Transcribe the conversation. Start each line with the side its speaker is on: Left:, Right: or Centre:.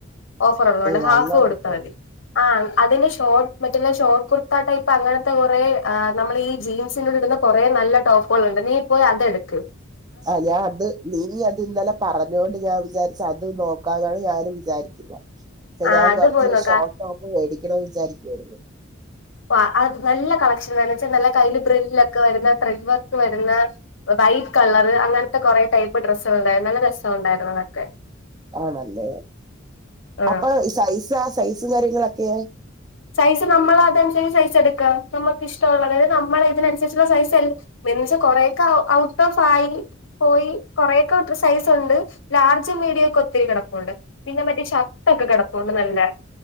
Left: ഓഫർ ഉള്ളോണ്ട്
Right: ഓ
Left: ഹാഫ്
Right: അങ്ങനെ
Left: കൊടുത്താ
Right: ഉണ്ടല്ലേ
Left: മതി ആഹ് അതിന്റെ ഷോർട്ട് മറ്റുള്ള ഷോർട്ട് കുർത്ത ടൈപ്പ് അങ്ങനത്തെ കുറേ നമ്മള് ഈ ജീൻസിനോട് ഇടുന്ന കൊറേ നല്ല ടോപ്പുകളുണ്ട് നീ ഇപ്പോ അതെട്ക്ക്.
Right: ആഹ് ഞാൻ അത് നീ അത് ഇന്നലെ പറഞ്ഞതോണ്ട് ഞാൻ വിചാരിച്ച് അത് നോക്കാനാണ് ഞാനും വിചാരിക്കുന്നേ
Left: ആ
Right: ഞാൻ
Left: അത്
Right: കൊറച്ച്
Left: പോയി നോക്ക
Right: ഷോട്ടോപ്പ്- മേടിക്കണന്ന് വിചാരിക്കുവായിരുന്നു.
Left: പ അ നല്ല കളക്ഷനാ എന്നുവെച്ച നല്ല കയ്യിൽ ബ്രിൽ ഒക്കെ വരുന്ന ത്രെഡ് വർക്ക് വരുന്ന വൈറ്റ് കളർ അങ്ങനത്തെ കൊറെ ടൈപ്പ് ഡ്രസ്സള് ഉണ്ടായിരുന്നു നല്ല രസം ഉണ്ടായിരുന്നു അതൊക്കെ
Right: ആണല്ലേ
Left: ആഹ്
Right: അപ്പൊ സൈസാ സൈസും കാര്യങ്ങളൊക്കെയാ?
Left: സൈസ് നമ്മൾ അതനുസരിച്ച് സൈസ് എടുക്കാം. നമ്മക്ക് ഇഷ്ടുള്ളത് അതായത് നമ്മള ഇതിനനുസരിച്ചുള്ള സൈസ് എൽ മെൻസ് കൊറെയൊക്കെ ഔട്ട് ഓഫ് ആയി. പോയി, കൊറെയൊക്കെ അത്ര സൈസ് ഒണ്ട് ലാർജും മീഡിയൊക്കെ ഒത്തിരി കെടപ്പുണ്ട്. പിന്നെ മറ്റേ ഷർട്ടൊക്കെ കിടപ്പൊണ്ട് നല്ല